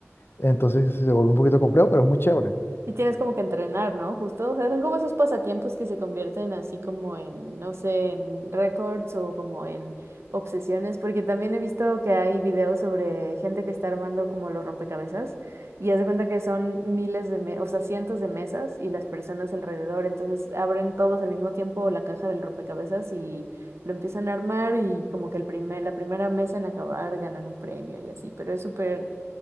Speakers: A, on the left; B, on the right.
A: Entonces se vuelve un poquito complejo, pero es muy chévere.
B: Y tienes como que entrenar, ¿no? Justo, o sea, son como esos pasatiempos que se convierten así como en, no sé, en récords o como en obsesiones, porque también he visto que hay videos sobre gente que está armando como los rompecabezas y haz de cuenta que son miles de, me- o sea, cientos de mesas y las personas alrededor, entonces abren todos al mismo tiempo la caja del rompecabezas y lo empiezan a armar y como que el primer, la primera mesa en acabar ganan un premio y así, pero es súper